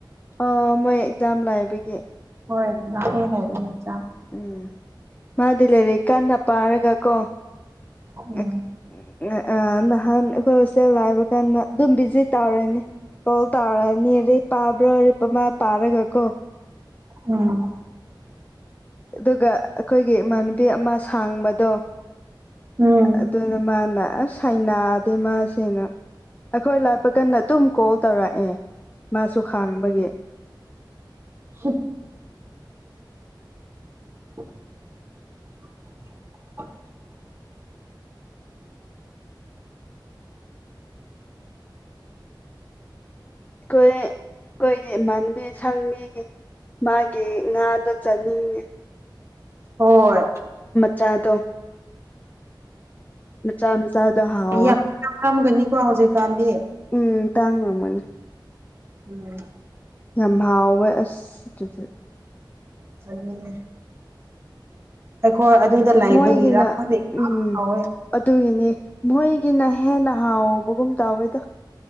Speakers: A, on the left; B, on the right.
A: ꯑ ꯃꯣꯏ ꯑꯦꯛꯖꯥꯝ ꯂꯩꯕꯒꯤ
B: ꯍꯣꯏ <unintelligible>
A: ꯎꯝ ꯃꯥꯗꯤ ꯂꯥꯢꯔꯤꯛ ꯀꯟꯅ ꯄꯥꯔꯒ ꯀꯣ <unintelligible>
B: ꯎꯝ
A: ꯑ ꯅꯍꯥꯟ ꯑꯩꯈꯣꯏ ꯍꯣꯁꯇꯦꯜ ꯂꯥꯢꯕ ꯀꯥꯟꯗ ꯑꯗꯨꯝ ꯚꯤꯖꯤꯠ ꯇꯧꯔꯤꯅꯤ ꯀꯣꯜ ꯇꯧꯔꯅꯤ ꯑꯗꯩ ꯄꯥꯕ꯭ꯔꯣ ꯃꯥ ꯄꯥꯔꯒ ꯀꯣ
B: ꯎꯝ
A: ꯑꯗꯨꯒ ꯑꯩꯈꯣꯏꯒꯤ ꯏꯃꯥꯟꯅꯕꯤ ꯑꯃ ꯁꯥꯡꯕꯗꯣ
B: ꯎꯝ
A: ꯑꯗꯨꯅ ꯃꯥꯅ ꯑꯁ ꯍꯩꯅꯥꯗꯦ ꯃꯥꯁꯦꯅ ꯑꯩꯈꯣꯏ ꯂꯥꯄ ꯀꯟꯗ ꯑꯗꯨꯝ ꯀꯣꯜ ꯇꯧꯔꯛꯑꯦ ꯃꯥꯁꯨ ꯈꯥꯡꯕꯒꯤ
B: ꯍꯨꯝ <unintelligible>
A: ꯀꯨꯢꯑꯦ ꯑꯩꯈꯣꯏꯒꯤ ꯏꯃꯥꯟꯕꯤ ꯁꯪꯕꯤꯒꯤ ꯃꯥꯒꯤ ꯉꯥꯗꯣ ꯆꯥꯅꯤꯡꯉꯤ
B: ꯍꯣꯏ
A: ꯆꯥꯗꯣꯡ ꯃꯆꯥ ꯃꯆꯥ ꯍꯥꯎꯋꯦ
B: ꯌꯥꯝ ꯌꯥꯝ <unintelligible> ꯒꯅꯤꯀꯣ ꯍꯧꯖꯤꯛ ꯀꯥꯟꯗꯤ
A: ꯎꯝ ꯇꯥꯡꯔꯝꯒꯅꯤ
B: ꯎꯝ
A: ꯌꯥꯝ ꯍꯥꯎꯋꯦ ꯑꯁ ꯑꯗꯨꯗꯤ
B: ꯑꯗꯨꯅꯦ ꯑꯩꯈꯣꯏ ꯑꯗꯨꯗ ꯂꯩꯕꯒꯤꯔ
A: ꯃꯣꯏꯒꯤꯅ
B: ꯈꯪꯗꯦ ꯏꯍꯥꯎ
A: ꯎꯝ
B: ꯍꯥꯎꯋꯦ
A: ꯑꯗꯨꯒꯤꯅꯤ ꯃꯣꯏꯒꯤꯅ ꯍꯦꯟꯅ ꯍꯥꯎꯕꯒꯨꯝ ꯇꯧꯋꯦꯗ